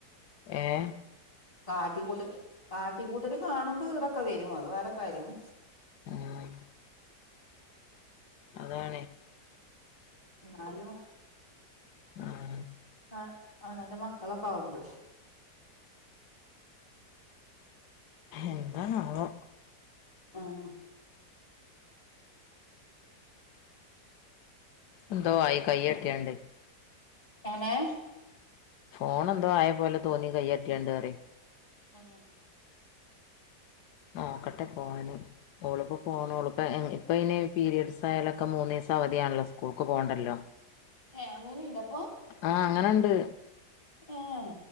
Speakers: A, on the left; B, on the left.
A: ഏഹ്
B: കാട്ടിക്കൂട്ട് കാട്ടിക്കൂട്ടെല് കാണ്‌മ്പ ഈറൊക്കെ വെരും അത് വേറെ കാര്യം
A: ഉം അതാണേ
B: ന്നാലും
A: ഉം
B: അ അവനാൻന്റെ മക്കളൊക്കെ ആവുമ്പൾ
A: എന്താണാവോ
B: ആഹ്
A: എന്തോ ആയി കയ്യട്ട്യാണ്ട്
B: എങ്ങെനേ
A: ഫോണെന്തോ ആയ പോലെ തോന്നി കയ്യട്ട്യാണ്ട്റ്യേ
B: ഏഹ് ഏഹ്
A: നോക്കട്ടെ പോവാന് ഓൾപ്പാെ പോണോള്പ്പ
B: ആഹ്
A: എ പ്പയ്ന് പിരീഡ്സായാലൊക്കെ മൂന്നീസവധിയാണ്ല്ലോ സ്കൂൾക്ക് പോണ്ടല്ലോ
B: ഏ അങ്ങനെയുണ്ടൊ അപ്പൊ
A: ആഹ് അങ്ങനെ ഉണ്ട്
B: ഏഹ്